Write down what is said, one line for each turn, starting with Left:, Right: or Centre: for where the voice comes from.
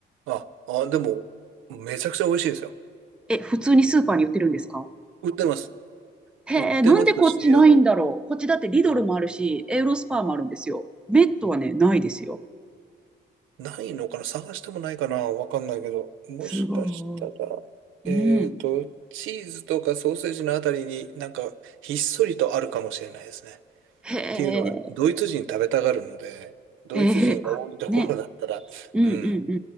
Right: あ、あ、でも、めちゃくちゃ美味しいですよ。
Centre: え、普通にスーパーに売ってるんですか
Right: 売ってます。
Centre: へえ、
Right: 売ってますし、
Centre: なんでこっちないんだろう。
Right: あの、
Centre: こっちだってリドルもあるし、エウロスパーもあるんですよ。メットはね、ないですよ。
Right: ないのかな探してもないかなわかんないけど。もしかしたら、
Centre: すごい。
Right: えっと、
Centre: うん。
Right: チーズとかソーセージのあたりになんかひっそりとあるかもしれないですね。
Centre: へえ。
Right: っていうのは、ドイツ人食べたがるので、ドイツ人が多いところだったら、
Centre: ええあ、ね、うんうんう
Right: うん、